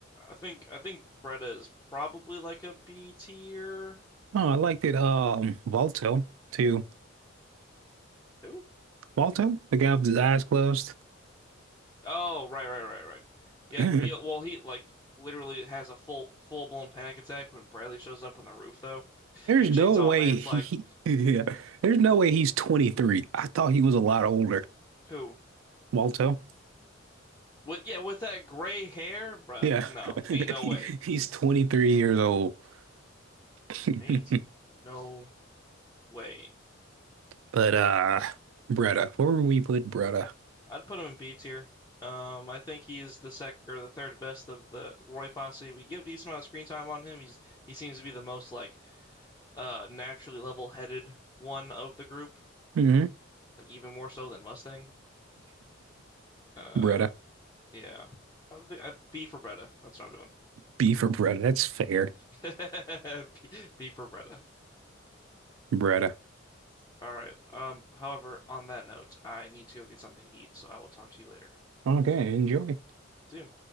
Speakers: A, on the left; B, on the right.
A: I think I think Bretta is probably like a B tier.
B: Oh, I liked it. Um, Balto too.
A: Who?
B: Balto, the guy with his eyes closed.
A: Oh, right, right, right, right. Yeah,
B: <laughs> There's
A: yeah. Well, he like literally has a full full blown panic attack when Bradley shows up on the roof, though. And
B: no
A: Chainsaw
B: way
A: Man's
B: he.
A: like,
B: <laughs> Yeah. There's no way he's 23. I thought he was a lot older.
A: who?
B: Balto.
A: With yeah, with that gray hair, bruh.
B: Yeah.
A: No,
B: <laughs>
A: ain't no
B: He-
A: way.
B: he's 23 years old. <laughs>
A: Ain't no way.
B: But uh Bretta, where would we put Bretta?
A: I'd put him in B tier. Um, I think he is the sec or the third best of the Roy posse. We get a decent amount of screen time on him. He's he seems to be the most like uh naturally level-headed one of the group,
B: Mm-hmm.
A: like even more so than Mustang. Uh,
B: Bretta.
A: yeah. I, I, B for Bretta. That's what I'm doing.
B: B for Bretta. That's fair.
A: <laughs> B, B for Bretta.
B: Bretta.
A: All right. Um, however, on that note, I need to go get something to eat, so I will talk to you later.
B: Okay, enjoy.
A: See you.